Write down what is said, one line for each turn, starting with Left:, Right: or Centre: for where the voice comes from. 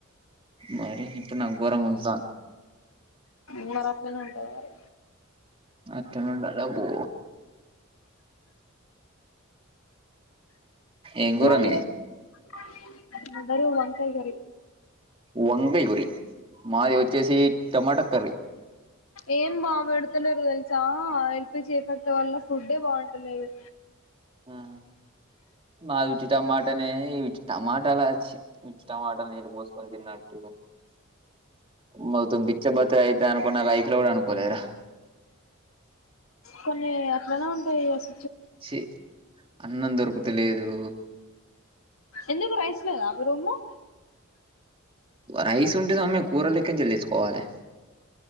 Right: మరి ఇప్పుడు నాకు గోరంగా గుజుతంద్
Left: మరి అట్లనే ఉంటాది మరి
Right: అత్తను ఉండదా పో ఏం కూర
Left: బా
Right: మీ
Left: <unintelligible> వంకాయ కర్రీ
Right: వంగయ గురి మాది వచ్చేసి టమాటా కర్రీ
Left: ఏం బా పేడతలేరు తెలుసా ఎల్పిజీ ఎఫెక్ట్ వల్ల ఫుడే బాగుంటలేదు
Right: ఉమ్ మావి టమాటనే ఏవి టమాటలాచ్చి ఇష్టం మాటలు నీళ్ళు పోసుకొని తిన్నట్టు మొత్తం బిచ్చ బతి అయితా అనుకున్న లైఫ్ లో కూడా అనుకోలేదురా
Left: కొన్ని లేనా ఉంటాయి ఏసుక్
Right: చి అన్నం దొరుకుతలేదు
Left: ఎందుకు రైస్ లేదా మీ రూమ్ లో
Right: రైస్ ఉంటే సమ్మె కూరలక్కని చెల్లించుకోవాలి